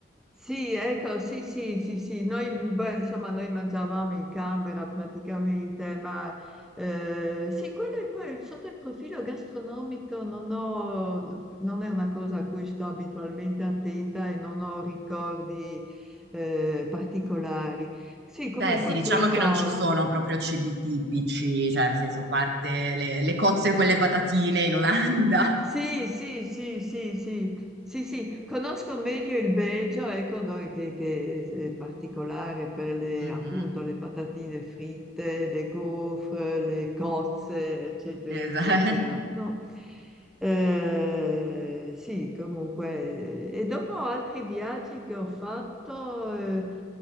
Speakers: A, in the centre; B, on the right.
A: Sì, ecco, sì, sì, sì, sì, noi, beh, insomma, noi mangiavamo in camera praticamente, ma eh, sì, quello è poi sotto il profilo gastronomico non ho, non è una cosa a cui sto abitualmente attenta e non ho ricordi eh, particolari. Sì, comunque
B: Beh, sì, diciamo
A: questo.
B: che non ci sono proprio cibi tipici, cioè, nel senso, a parte le, le cozze con le patatine in Olanda.
A: Sì, sì, sì, sì, sì, sì, sì, conosco meglio il Belgio, ecco, do- che, che è particolare per le,
B: Mhm,
A: appunto, le patatine fritte, le gaufre, le cozze, eccetera,
B: esa-
A: eccetera. No? Eh, sì, comunque, eh, e dopo altri viaggi che ho fatto, eh,